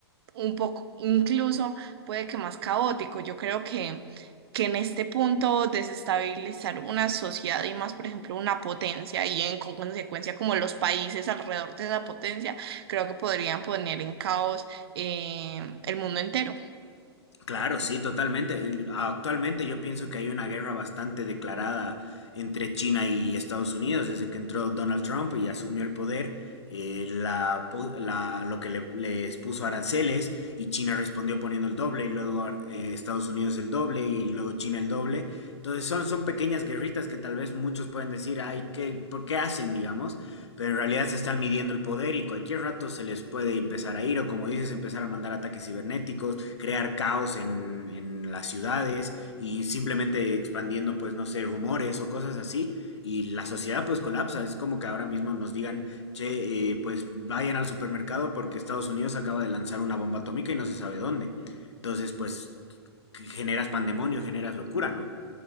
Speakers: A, on the right (about 65°); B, on the left (about 85°).
A: un poco, incluso puede que más caótico. Yo creo que, que en este punto desestabilizar una sociedad y más, por ejemplo, una potencia y en con consecuencia como los países alrededor de esa potencia, creo que podrían poner en caos eh, el mundo entero.
B: Claro, sí, totalmente. Actualmente yo pienso que hay una guerra bastante declarada entre China y Estados Unidos desde que entró Donald Trump y asumió el poder. eh, la, pu- la- lo que le- les puso aranceles y China respondió poniendo el doble y luego ar- eh, Estados Unidos el doble y luego China el doble. Entonces son, son pequeñas guerritas que tal vez muchos pueden decir, ay, ¿qué, por qué hacen, digamos? Pero en realidad se están midiendo el poder y cualquier rato se les puede empezar a ir o como dices, empezar a mandar ataques cibernéticos, crear caos en, en las ciudades y simplemente expandiendo, pues, no sé, rumores o cosas así. Y la sociedad pues colapsa. Es como que ahora mismo nos digan, che, eh, pues vayan al supermercado porque Estados Unidos acaba de lanzar una bomba atómica y no se sabe dónde. Entonces, pues, generas pandemonio, generas locura, ¿no?